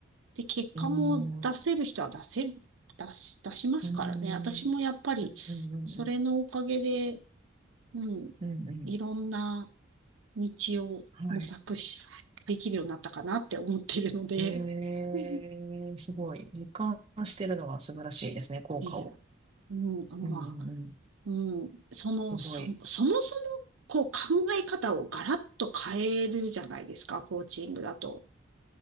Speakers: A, on the right; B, on the right.
A: で、結果も出せる人は出せる、
B: うーん、う
A: 出し、出しますからね。
B: ーん、
A: 私もやっぱり、
B: うん、うん、
A: それのおかげで、
B: うん、
A: うん、
B: うん、うん
A: いろんな道を模索し、
B: はい。
A: できるようになったかなって思ってるので、
B: えー、
A: うん
B: すごい。実感してるのは素晴らしいですね、効果を。
A: え <laughs>、うん、
B: うん、
A: まあ。
B: うん、うん。
A: うん、その、
B: すごい。
A: そ、そもそも、こう考え方をガラッと変えるじゃないですか、コーチングだと。